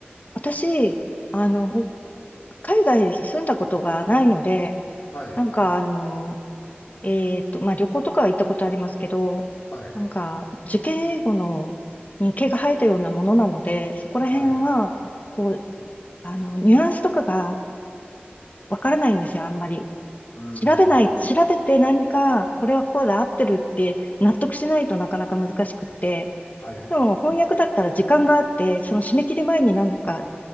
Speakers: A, on the left; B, on the left.
A: 私、あの、ほ海外に住んだことがないので、
B: はい。
A: なんか、あの、えっと、まあ、旅行とかは行ったことありますけど、
B: はい。
A: なんか、受験英語のに毛が生えたようなものなので、そこら辺は、
B: はい。う
A: こう、あの、ニュアンスとかがわからないんですよ、あんまり。
B: ーん。
A: 調べない、調べて何か、これはこうだ、合ってるって納得しないとなかなか難しくって。
B: はい。
A: でも、翻訳だったら時間があって、その締め切り前になんとか、